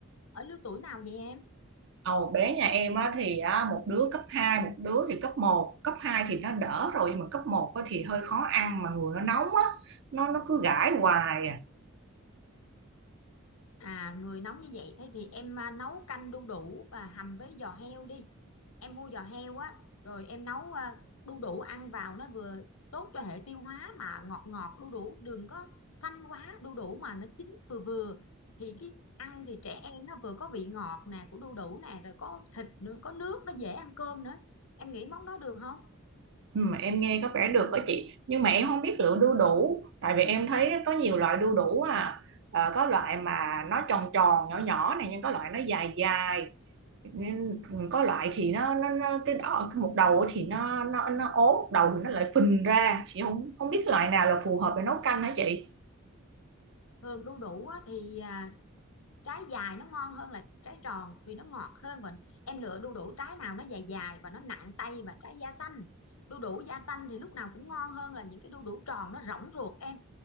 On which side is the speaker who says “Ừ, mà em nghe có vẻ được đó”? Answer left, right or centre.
Right